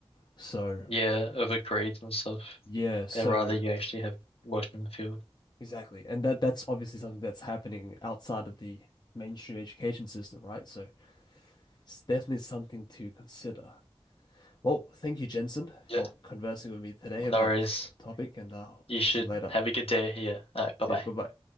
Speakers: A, on the left (about 45°); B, on the left (about 70°).
A: So
B: yeah, over grades and stuff.
A: Yeah, so
B: But rather you actually have worked in the field.
A: exactly. And that that's obviously something that's happening outside of the mainstream education system, right? So it's definitely something to consider. Well, thank you, Jensen, for
B: Yeah.
A: conversing with me today
B: No
A: about
B: worries.
A: this topic, and I'll
B: You
A: talk
B: should
A: to you later.
B: have a good day. Yeah. All right. Bye bye.
A: Yeah, bye-bye.